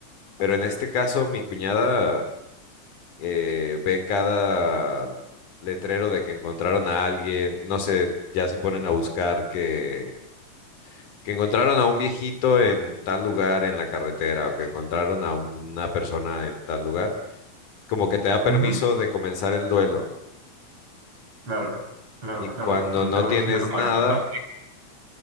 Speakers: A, on the left; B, on the right.
A: Pero en este caso, mi cuñada eh, ve cada letrero de que encontraron a alguien, no sé, ya se ponen a buscar que, que encontraron a un viejito en tal lugar en la carretera o que encontraron a una persona en tal lugar. Como que te da permiso
B: Ujú,
A: de comenzar el duelo.
B: Claro, claro,
A: Y
B: claro.
A: cuando
B: Pero
A: no
B: el tema
A: tienes
B: es si no aparece,
A: nada,
B: ¿no?